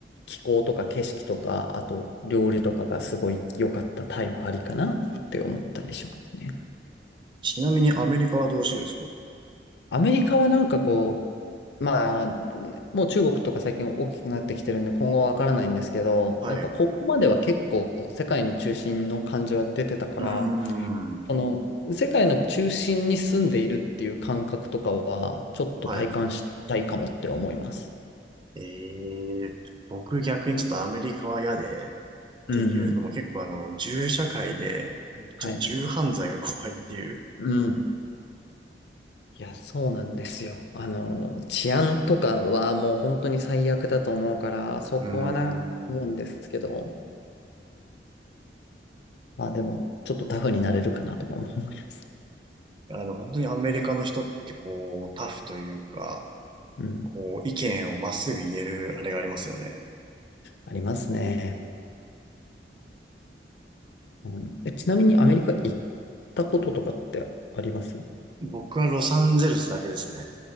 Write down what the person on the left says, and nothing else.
気候とか景色とか、あと料理とかがすごい良かったタイはありかなって思ったりしますね。
アメリカはなんかこう、まあ、もう中国とか最近大きくなってきてるんで、今後はわからないんですけど、
なんかここまでは結構世界の中心の感じは出てたから、
あの、世界の中心に住んでいるっていう感覚とかは、ちょっと体感してみたいかもって思います。
うんうん。
はい。
うん。いや、そうなんですよ。あの、治安とかはもう本当に最悪だと思うから、そこはな、
思うんですけど、まあでも、ちょっとタフになれるかなとかも思います。
うん。
ありますね。うん、え、ちなみにアメリカ行ったこととかってありますう